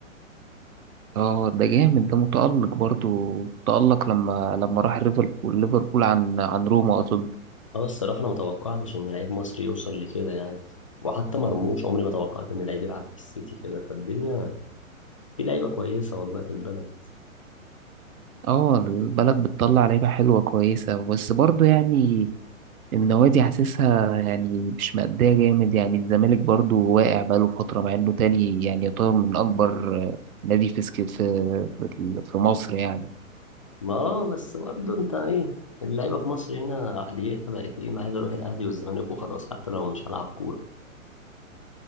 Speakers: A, on the right; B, on the left.
A: اه ده جامد ده متألق برضو متألق لما لما راح ليفربول ليفربول عن عن روما اظن
B: اه الصراحه انا ما توقعتش ان لعيب مصري يوصل لكده يعني وحتى مرموش عمري ما توقعت ان لعيب يلعب في السيتي كده فالدنيا في لعيبه كويسه والله في البلد
A: اه البلد بتطلع لعيبة حلوة كويسة بس برضو يعني النوادي حاسسها يعني مش مأدية جامد يعني الزمالك برضو واقع بقاله فترة مع إنه تاني يعني يعتبر من أكبر آه، نادي في سك- في في ال- في مصر يعني
B: ما اه بس برضه انت ايه اللعيبه في مصر هنا عقليتها بقت ايه انا عايز اروح الاهلي والزمالك وخلاص حتى لو مش هلعب كوره